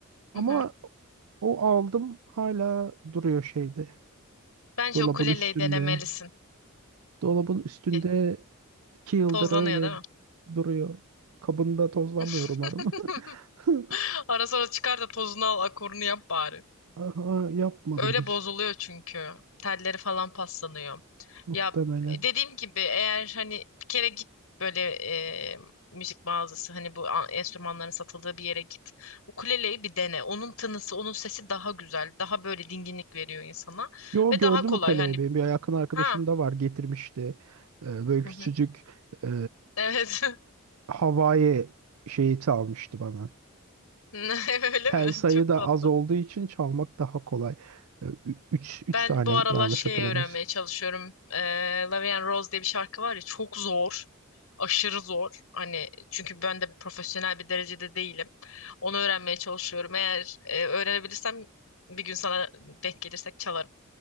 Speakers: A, on the left; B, on the right.
A: Hı
B: Ama
A: hı.
B: o aldım hala duruyor şeyde,
A: Bence
B: dolabın
A: ukuleleyi
B: üstünde.
A: denemelisin.
B: Dolabın üstünde
A: E,
B: iki yıldır
A: Tozlanıyor
B: öyle
A: değil mi?
B: duruyor. Kabında tozlanmıyor
A: <laughs>
B: umarım. <laughs>
A: Ara sıra çıkar da tozunu al, akorunu yap bari.
B: Aha, yapmadım
A: Öyle
B: hiç
A: bozuluyor çünkü. Telleri falan paslanıyor.
B: muhtemelen.
A: Ya e, dediğim gibi eğer hani bir kere git böyle e, müzik mağazası hani bu a- enstrümanların satıldığı bir yere git. Ukuleleyi bir dene. Onun tınısı, onun sesi daha güzel, daha böyle dinginlik veriyor insana
B: Yo
A: ve
B: gördüm
A: daha kolay.
B: o kaleyi
A: Hani
B: benim bir yakın arkadaşım
A: Ha,
B: da var getirmişti. Ee, böyle
A: Hı
B: küçücük
A: hı.
B: e,
A: evet.
B: Hawaii şeyi almıştı bana.
A: <laughs> Öyle
B: Tel
A: mi?
B: sayı
A: Çok
B: da
A: tatlı.
B: az olduğu için çalmak daha kolay. Üç üç
A: Ben
B: tane
A: bu aralar
B: yanlış
A: şey
B: hatırlamıyorsun.
A: öğrenmeye çalışıyorum. Ee, Love and Rose diye bir şarkı var ya çok zor. Aşırı zor. Hani çünkü ben de profesyonel bir derecede değilim. Onu öğrenmeye çalışıyorum. Eğer e, öğrenebilirsem bir gün sana denk gelirsek çalarım.